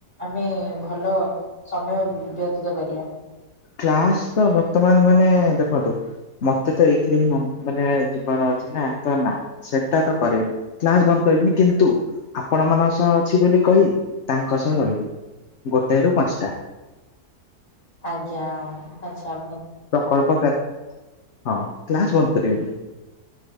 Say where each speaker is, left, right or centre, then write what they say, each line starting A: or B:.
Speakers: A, on the left; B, on the left.
A: ଆମେ ଭଲ ସମୟ ବ୍ୟତୀତ କରିବା।
B: କ୍ଲାସ ତ ବର୍ତ୍ତମାନ ମାନେ ଦେଖନ୍ତୁ ମତେ ତ ଏଇଥିରେ ହିଁ ମାନେ ଯିବାର ଅଛି ନା ତ ନା ସେଟା ତ କରିବିନୀ। କ୍ଲାସ ବନ୍ଦ କରିବିନି କିନ୍ତୁ ଆପଣ ମାନଙ୍କ ସହ ଅଛି ବୋଲି କହି ତାଙ୍କ ସହ ରହିବି। ଗୋଟଏ ରୁ ପାଞ୍ଚଟା।
A: ଆଜ୍ଞା ଆଛା।
B: ପ୍ରକଳ୍ପ କା ହଁ କ୍ଲାସ ବନ୍ଦ କରିବେନି।